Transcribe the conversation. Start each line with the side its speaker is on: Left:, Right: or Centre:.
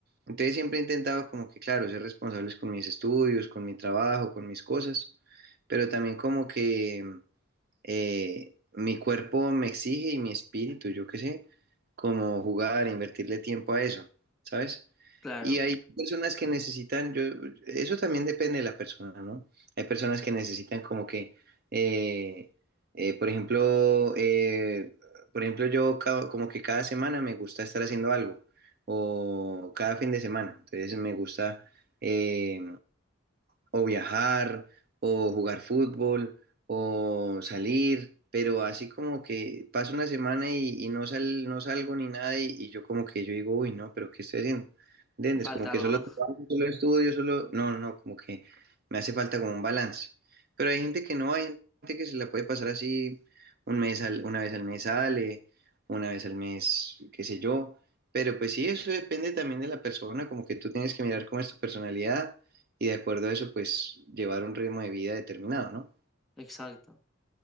Right: Entonces siempre he intentado como que, claro, ser responsables con mis estudios, con mi trabajo, con mis cosas, pero también como que eh, mi cuerpo me exige y mi espíritu, yo qué sé, como jugar, invertirle tiempo a eso, ¿sabes?
Centre: claro,
Right: Y hay personas que necesitan, yo, eso también depende de la persona, ¿no? Hay personas que necesitan como que, eh, eh, por ejemplo, eh, por ejemplo, yo ca- como que cada semana me gusta estar haciendo algo, o cada fin de semana, entonces me gusta eh, o viajar, o jugar fútbol, o salir, pero así como que pasa una semana y, y no sal, no salgo ni nada, y, y yo como que yo digo, uy, no, pero ¿qué estoy haciendo? ¿Entiendes?
Centre: falta
Right: Como que
Centre: algo,
Right: solo
Centre: ¿no?
Right: trabajo, solo estudio, solo... No, no, no, como que me hace falta como un balance. Pero hay gente que no, hay gente que se la puede pasar así un mes al- una vez al mes sale, una vez al mes, qué sé yo. Pero pues sí, eso depende también de la persona, como que tú tienes que mirar cómo es tu personalidad y de acuerdo a eso, pues llevar un ritmo de vida determinado, ¿no?
Centre: Exacto,